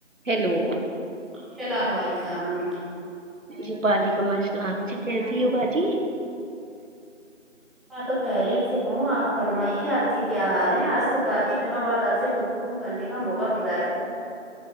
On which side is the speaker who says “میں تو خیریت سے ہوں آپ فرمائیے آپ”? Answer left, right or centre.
Centre